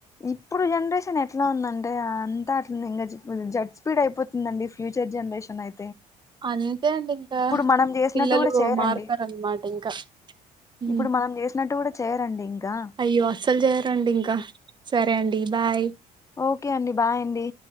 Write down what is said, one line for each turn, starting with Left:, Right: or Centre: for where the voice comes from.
Left: ఇప్పుడు జనరేషన్ ఎట్లా ఉందంటే అంతా అట్లా ఇంగ జ జడ్ స్పీడ్ అయిపోతుందండి. ఫ్యూచర్ జనరేషన్ అయ్
Right: అంతే అండి ఇంకా
Left: మనం చేసినట్టు
Right: పిల్లలు
Left: కూడా చేయరండి
Right: మారుతారన్నమాట ఇంకా ఉ
Left: ఇప్పుడు మనం చేసినట్టు కూడా చేయరండి ఇంకా
Right: అయ్యో అస్సలు చేయరండి. ఇంకా సరే అండి బాయ్.
Left: ఓకే అండి బాయండి.